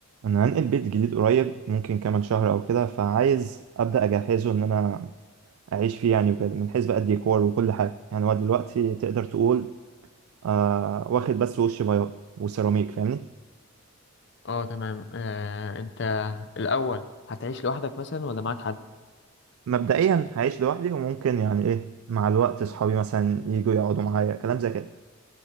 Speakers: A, on the right; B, on the left.
A: انا هنقل بيت جديد قريب ممكن كمان شهر او كده فعايز ابدا اجهزه ان انا اعيش فيه يعني وكده من حيث بقى الديكور وكل حاجه يعني هو دلوقتي تقدر تقول آه واخد بس وش بياض وسيراميك فاهمني
B: اه تمام آه، انت الاول هتعيش لوحدك مثلا ولا معاك حد
A: مبدئيا هعيش لوحدي وممكن يعني ايه مع الوقت صحابي مثلا يجوا يقعدوا معايا كلام زي كده